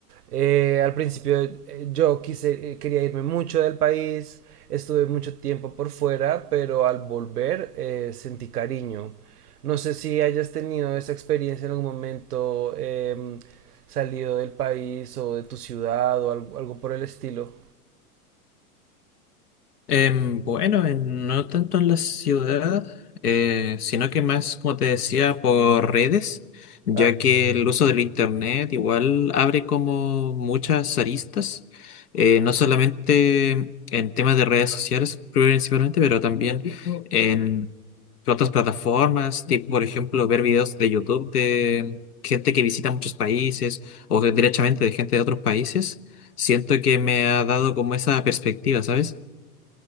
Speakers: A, on the right; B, on the left.
A: Eh, al principio eh, yo quise, eh, quería irme mucho del país, estuve mucho tiempo por fuera, pero al volver eh, sentí cariño. No sé si hayas tenido esa experiencia en algún momento, em, salido del país o de tu ciudad o algo, algo por el estilo.
B: Em, bueno, en- no tanto en la ciudad, eh, sino que más, como te decía, por redes, ya
A: Ah,
B: que el uso del internet igual abre como muchas aristas, eh, no solamente en temas de redes sociales principalmente, pero también en otras plataformas, tipo por ejemplo ver videos de YouTube de gente que visita muchos países o de- directamente de gente de otros países. Siento que me ha dado como esa perspectiva, ¿sabes?